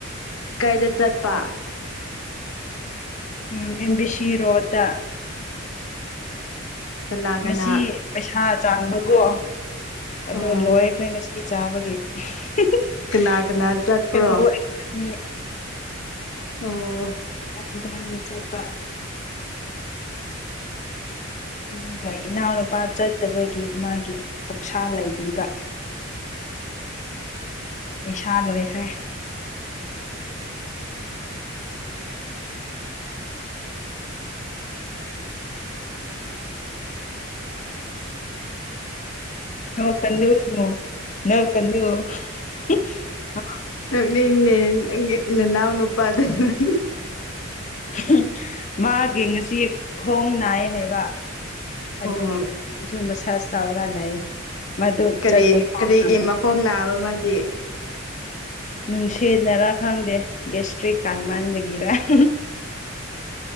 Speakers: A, on the left (about 85°); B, on the left (about 35°).
A: ꯀꯩꯗ ꯆꯠꯄ꯫
B: ꯎꯝ ꯑꯦꯝ ꯕꯤ ꯁꯤ ꯔꯣꯠꯇ꯫
A: ꯀꯅꯥ
B: ꯉꯁꯤ
A: ꯀꯅꯥ
B: ꯄꯩꯁꯥ ꯆꯥꯡꯕꯀꯣ ꯑꯗꯣ
A: ꯑꯣ
B: ꯂꯣꯏꯈ꯭ꯔꯦ ꯉꯁꯤ ꯆꯥꯕꯒꯤ <unintelligible>
A: ꯀꯅꯥ ꯀꯅꯥ ꯆꯠꯄ꯭ꯔꯣ
B: ꯀꯂꯨ ꯑꯩꯈꯣꯏꯅꯤ꯫
A: ꯑꯣ꯫
B: ꯏꯕꯥꯅꯤ ꯆꯠꯄ꯫ ꯑꯗꯨꯒ ꯏꯅꯥꯎꯅꯨꯄꯥ ꯆꯠꯇꯕꯒꯤ ꯃꯥꯒꯤ ꯑꯣꯛꯁꯥ ꯂꯩꯕꯤꯕ꯫ ꯄꯩꯁꯥ ꯂꯣꯏꯈ꯭ꯔꯦ꯫ ꯅꯣꯛꯀꯅꯨ ꯅꯣ ꯅꯣꯛꯀꯅꯨ <unintelligible>
A: ꯅꯣꯛꯅꯤꯡꯉꯦ ꯅꯪꯒꯤ ꯅꯅꯥꯎ ꯅꯄꯥꯗꯨ <unintelligible>
B: <unintelligible> ꯃꯥꯒꯤ ꯉꯁꯤ ꯈꯣꯡ ꯅꯥꯏ ꯍꯥꯏꯕ꯫ ꯑꯗꯨꯒꯤ
A: ꯑꯣ
B: ꯍꯧꯖꯤꯛꯁꯨ ꯃꯁꯥꯖ ꯇꯧꯔꯒ ꯂꯩ꯫ ꯃꯗꯨ
A: ꯀꯔꯤ
B: ꯆꯠꯄ ꯐꯥꯎ
A: ꯀꯔꯤꯒꯤ
B: ꯉꯝꯗꯦ
A: ꯃꯈꯣꯡ ꯅꯥꯕ ꯃꯥꯗꯤ꯫
B: ꯅꯨꯡꯁꯤꯠꯅꯔꯥ ꯈꯪꯗꯦ ꯒꯦꯁꯇ꯭ꯔꯤꯛ ꯀꯥꯟ ꯃꯟꯕꯒꯤꯔ <unintelligible>